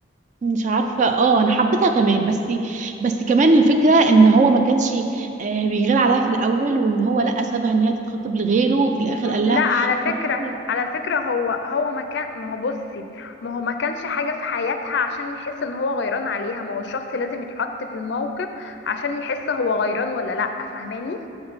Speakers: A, on the right; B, on the left.
A: مش عارفة اه انا حبيتها كمان بس بس كمان الفكرة ان هو ما كانش آه، بيغير عليها في الاول وان هو لا سابها ان هي تتخطب لغيره وفي الاخر
B: م-
A: قال لها
B: لا على فكرة
A: أكون-
B: على فكرة هو هو ما كان ما هو بصي ما هو ما كانش حاجة في حياتها عشان يحس ان هو غيران عليها ما هو الشخص لازم يتحط في الموقف عشان يحس هو غيران ولا لا فاهماني